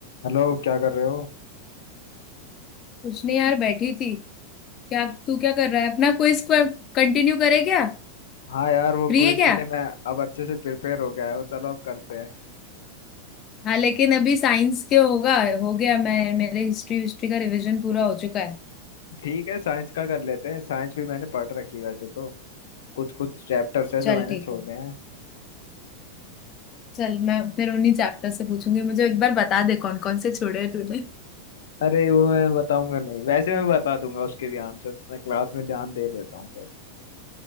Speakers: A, on the left; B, on the left.
A: Hello क्या कर रहे हो
B: कुछ नहीं यार बैठी थी क्या तू क्या कर रहा है अपना क्विज कंटिन्यू करे क्या
A: हाँ यार वो
B: फ्री
A: क्विज
B: है क्या
A: के लिए मैं अब अच्छे से प्रिपेयर हो गया हूँ चलो अब करते हैं
B: हाँ लेकिन अभी साइंस के होगा हो गया मैं मेरे हिस्ट्री हिस्ट्री का रिवीजन पूरा हो चुका है
A: ठीक है साइंस का कर लेते हैं साइंस भी मैंने पढ़ रखी है वैसे तो कुछ कुछ चैप्टर्स है
B: चल
A: जो मैंने
B: ठीक
A: छोड़े
B: है
A: हैं
B: चल मैं फिर उन्हीं चैप्टर से पूछूंगी मुझे एक बार बता दे कौन कौन से छोड़े हैं तूने
A: अरे वो मैं बताऊंगा नहीं वैसे मैं बता दूंगा उसके भी आंसर्स मैं क्लास में ध्यान दे लेता हूँ सर